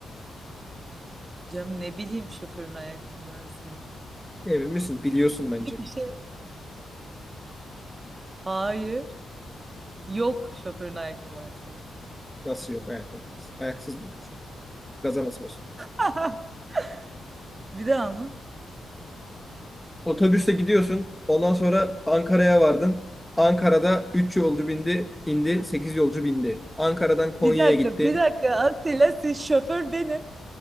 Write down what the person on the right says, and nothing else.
Canım ne bileyim şoförün ayak numarasını.
Bir şey. Hayır. Yok şoförün ayak numarası.
<laughs> Bir daha mı?
Bir dakika,
bir dakika. Asila siz şoför benim.